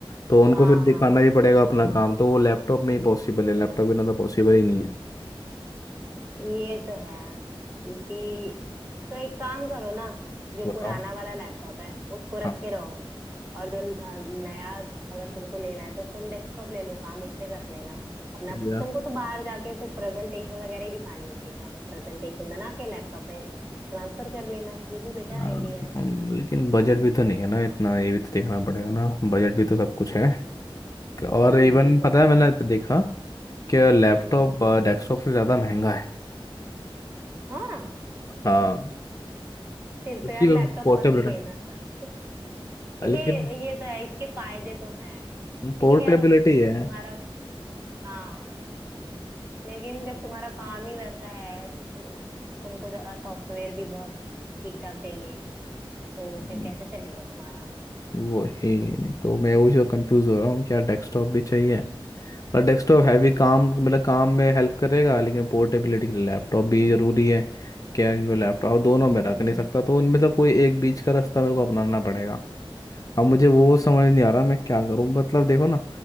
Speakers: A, on the left; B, on the right.
A: तो उनको
B: हाँ
A: फिर दिखाना
B: हाँ हाँ
A: ही पड़ेगा अपना काम तो वो लैपटॉप में ही पॉसिबल है लैपटॉप बिना तो पॉसिबल ही नहीं है
B: ये तो है क्योंकि तो एक काम करो ना जो
A: बताओ
B: पुराना वाला लैपटॉप है उसको
A: हाँ
B: रखे रहो और जो न- अ, नया अगर तुमको लेना है तो तुम डेस्कटॉप ले लो काम उससे कर लेना अपना
A: या
B: तुमको तो बाहर जाके तो प्रेजेंटेशन वगैरह ही दिखानी होती है ना प्रेजेंटेशन बना के लैपटॉप में ट्रांसफर कर लेना ये भी बेटर
A: आ,
B: आइडिया
A: हम्म, लेकिन बजट भी तो नहीं है ना इतना ये भी तो देखना पड़ेगा ना बजट भी तो सब कुछ
B: हम्म,
A: है और इवन
B: ये तो
A: पता है
B: है
A: मैंने देखा कि लैपटॉप
B: हम्म
A: डेस्कटॉप से ज़्यादा महंगा है
B: हाँ
A: हाँ
B: फिर
A: पोर्टेबल
B: तो यार लैपटॉप मत ही
A: है
B: लेना <laughs> ये
A: लेकिन
B: ये तो है इसके फायदे तो हैं लेकिन
A: पोर्टेबिलिटी
B: यार
A: है
B: जब तुम्हारा हाँ लेकिन जब तुम्हारा काम ही वैसा है तो तुमको सॉफ्टवेयर भी बहुत ठीक ठाक चाहिए तो
A: हम्म,
B: फिर कैसे चलेगा तुम्हारा
A: वही तो मैं वही तो कंफ्यूज हो रहा हूँ क्या डेस्कटॉप भी चाहिए पर डेस्कटॉप हैवी काम मतलब काम में हेल्प करेगा लेकिन पोर्टेबिलिटी के लिए लैपटॉप भी ज़रूरी है क्या वो लैपटॉप दोनों
B: हम्म
A: में रख नहीं सकता तो उनमें से कोई एक बीच का रास्ता मेरे को अपनाना पड़ेगा अब मुझे वो समझ नहीं आ रहा मैं क्या करूँ मतलब देखो ना